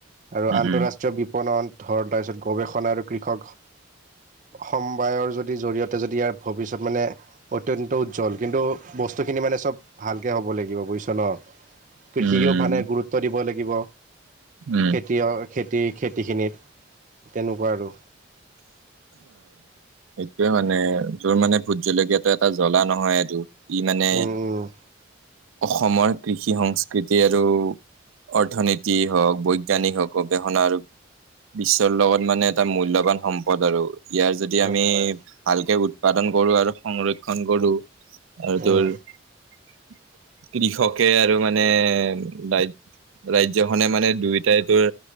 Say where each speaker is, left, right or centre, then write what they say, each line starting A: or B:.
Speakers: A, on the right; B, on the right.
A: আৰু
B: উম
A: আন্তঃৰাষ্ট্ৰীয় বিপণত ধৰ তাৰপিছত গৱেষণা আৰু কৃষক সমবায়ৰ যদি জৰিয়তে যদি ইয়াৰ ভৱিষ্যত মানে অত্যন্ত উজ্জ্বল, কিন্তু বস্তুখিনি মানে চব ভাল হ'ব লাগিব বুজিছ ন, কৃষিকো
B: উম
A: মানে গুৰুত্ব দিব লাগিব।
B: উম
A: খেতিয় খেতি খেতিখিনিত তেনেকুৱা আৰু।
B: এইটোৱে মানে তোৰ মানে ভোট জলকীয়াটো এটা জ্বলা নহয় সেইটো। ই মানে,
A: উম উম
B: অসমৰ কৃষি সংস্কৃতি আৰু অৰ্থনীতি হওক বৈজ্ঞানিক হওক গৱেষণা আৰু বিশ্বৰ লগত মানে এটা মূল্যবান সম্পদ আৰু ইয়াৰ যদি
A: হয়
B: আমি
A: হয়
B: ভালকে উৎপাদন কৰো আৰু সংৰক্ষন কৰো আৰু তোৰ
A: উম
B: <inaudible> কৃষকে আৰু মানে, ডাইত ৰাজ্যখনে মানে দুয়োটাই তোৰ